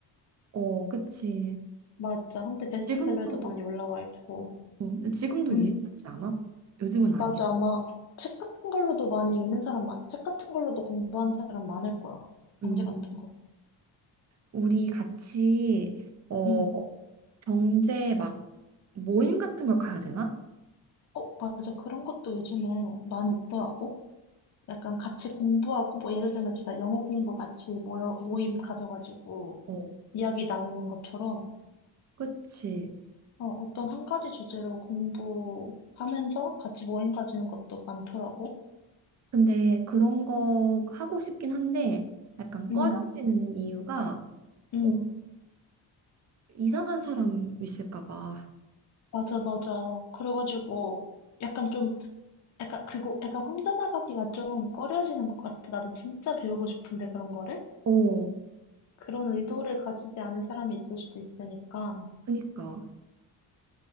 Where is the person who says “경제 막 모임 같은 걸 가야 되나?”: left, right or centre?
Right